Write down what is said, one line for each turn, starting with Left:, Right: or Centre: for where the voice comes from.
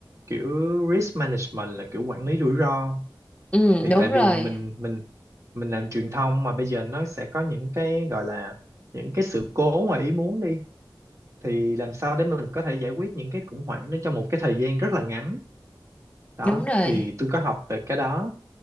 Right: kiểu risk management là kiểu quản lý rủi ro
Left: Ừ,
Right: thì
Left: đúng
Right: tại vì
Left: rồi.
Right: mình mình mình làm truyền thông mà bây giờ nó sẽ có những cái gọi là những cái sự cố ngoài ý muốn đi thì làm sao để mình có thể giải quyết những cái khủng hoảng đó trong một cái thời gian rất là ngắn đó
Left: Đúng rồi.
Right: thì tôi có học về cái đó